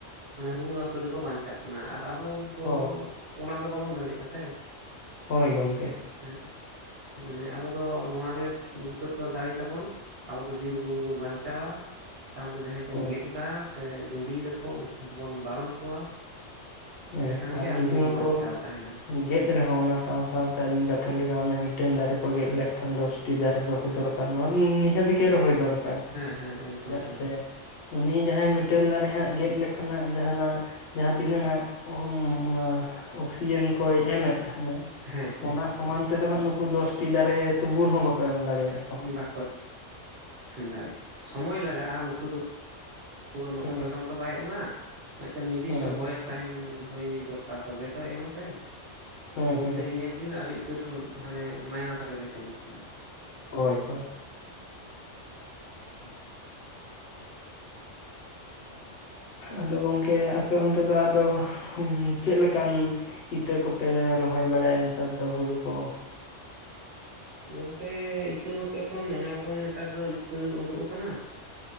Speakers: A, on the right; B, on the left.
A: ᱢᱟᱱᱮ ᱨᱩᱣᱟᱹ ᱦᱟᱹᱥᱩ ᱨᱮ᱾ ᱠᱚ ᱵᱟᱧᱪᱟᱜ ᱠᱟᱱᱟ ᱟᱨ ᱟᱵᱳ ᱫᱚ
B: ᱦᱳᱭ
A: ᱚᱱᱟ ᱫᱚ ᱵᱟᱵᱚᱱ ᱫᱟᱲᱮᱭᱟᱜᱼᱟ ᱥᱮ᱾
B: ᱦᱳᱭ ᱜᱚᱝᱠᱮ᱾
A: ᱦᱮᱸ ᱢᱟᱱᱮ ᱟᱵᱚ ᱫᱚ ᱱᱚᱣᱟ ᱜᱮ ᱱᱤᱛᱚᱜ ᱫᱚ ᱫᱟᱲᱤ ᱛᱟᱵᱚᱱ᱾ ᱟᱵᱚ ᱫᱚ ᱵᱤᱨ ᱵᱩᱨᱩ ᱵᱚᱱ ᱵᱟᱧᱪᱟᱣᱟ ᱥᱟᱶ ᱛᱮ ᱡᱟᱦᱟᱸᱭ ᱠᱚ
B: ᱦᱮᱸ
A: ᱜᱮᱫ ᱫᱟ ᱥᱮ ᱡᱩᱰᱤ ᱭᱮᱫᱟ ᱠᱚ ᱩᱝᱠᱩ ᱠᱚᱵᱚᱱ ᱵᱟᱨᱚᱱ ᱠᱚᱣᱟ᱾
B: ᱦᱮᱸ
A: ᱮᱸᱰᱮᱠᱷᱟᱱ
B: ᱟᱨ
A: ᱜᱮ ᱟᱵᱚ
B: ᱡᱩᱫᱤ
A: ᱵᱚᱱ
B: ᱦᱚᱸ
A: ᱵᱟᱧᱪᱟᱣ
B: ᱠᱚ
A: ᱛᱟᱦᱮᱱᱟ
B: ᱜᱮᱫ ᱨᱮᱦᱚᱸ ᱚᱱᱟ ᱥᱟᱶ ᱥᱟᱶᱛᱮ ᱟᱹᱵᱤᱱ ᱠᱟᱛᱷᱟ ᱞᱮᱠᱟ ᱚᱱᱮ ᱢᱤᱫᱴᱟᱝ ᱫᱟᱨᱮ ᱠᱚ ᱜᱮᱫ ᱞᱮᱜ ᱠᱷᱟᱱ ᱫᱚᱥ ᱴᱤ ᱫᱟᱨᱮ ᱨᱚᱦᱚᱭ ᱫᱚᱨ ᱱᱚᱣᱟ ᱱᱤᱦᱟᱹᱛᱤ ᱜᱮ ᱨᱚᱦᱚᱭ ᱫᱚᱨᱠᱟᱨ
A: ᱦᱮᱸ ᱦᱮᱸ ᱮᱠᱫᱚᱢ
B: ᱪᱮᱫᱟᱜ
A: ᱦᱮᱸ
B: ᱥᱮᱼᱼ ᱩᱱᱤ ᱡᱟᱦᱟᱸᱭ ᱢᱤᱴᱟᱹᱝ ᱫᱟᱨᱮ ᱦᱟᱸᱜ ᱜᱮᱫ ᱞᱮᱠᱷᱟᱱ ᱦᱟᱸᱜ ᱡᱟᱦᱟᱸ ᱱᱟᱜ ᱡᱟᱦᱟᱸ ᱛᱤᱱᱟᱹᱜ ᱦᱟᱸᱜ <inaudible> ᱚᱠᱥᱤᱡᱮᱱ ᱠᱚᱭ ᱮᱢᱮᱫ ᱛᱟᱦᱮᱸᱜ-ᱟ
A: ᱦᱮᱸ ᱦᱮᱸ
B: ᱚᱱᱟ ᱥᱚᱢᱟᱱᱼᱼ ᱛᱮᱫᱚ ᱦᱟᱸᱜ ᱱᱩᱠᱩ ᱫᱚ ᱫᱚᱥᱴᱤ ᱫᱟᱨᱮ ᱛᱩᱵᱩ ᱨᱮᱦᱚᱸ ᱵᱟᱠᱚ ᱮᱢ ᱫᱟᱲᱮᱭᱟᱜ-ᱟ᱾
A: ᱵᱟᱠᱚ ᱫᱟᱲᱭᱟᱜ ᱥᱚᱢᱚᱭ ᱞᱟᱜᱟᱜ-ᱟ ᱩᱱᱠᱩ ᱫᱚ ᱼᱼ ᱛᱚ ᱱᱚᱜ-ᱚᱭ
B: ᱦᱮᱸ
A: <unintelligible> ᱛᱚ ᱵᱟᱭ ᱮᱢᱟ ᱢᱤᱫᱴᱮᱱ ᱱᱤᱨᱫᱤᱥᱴᱚ
B: ᱦᱮᱸ
A: ᱵᱚᱭᱮᱥ
B: ᱦᱮᱸ
A: ᱛᱟᱦᱮᱱ ᱦᱩᱭ ᱫᱚᱨᱠᱟᱨ ᱛᱚᱵᱮ ᱛᱚᱭ ᱮᱢᱟᱥᱮ
B: ᱦᱮᱸ
A: ᱩᱱ
B: ᱦᱮᱸ
A: ᱛᱮᱜᱮ ᱧᱮᱞᱼᱼ ᱟᱹᱵᱤᱱ ᱟᱹᱰᱤ ᱩᱛᱟᱹᱨ ᱦᱟᱱᱮ ᱢᱟᱭᱱᱟᱥ ᱨᱮᱜᱮ ᱥᱮᱱ ᱟᱠᱟᱱᱟ᱾
B: ᱦᱳᱭ ᱦᱳᱭ᱾
A: <unintelligible>
B: ᱟᱫᱚ ᱜᱚᱢᱠᱮ ᱟᱯᱮ ᱚᱱᱛᱮ ᱫᱚ ᱟᱫᱚ ᱪᱮᱫ ᱞᱮᱠᱟᱱᱼᱼ ᱤᱛᱟᱹ ᱠᱚᱯᱮ ᱨᱚᱦᱚᱭ ᱵᱟᱲᱟᱭᱟ ᱱᱮᱛᱟᱨ ᱫᱚ ᱦᱩᱲᱩ ᱠᱚ᱾
A: ᱜᱚᱝᱠᱮ ᱤᱛᱟᱹ ᱢᱟᱛᱚ ᱮᱠᱷᱚᱱ ᱱᱟᱱᱟ ᱨᱚᱠᱚᱢ ᱱᱮᱛᱟᱨ ᱫᱚ ᱤᱛᱟᱹ ᱩᱰᱩᱠ ᱟᱠᱟᱱᱟ ᱾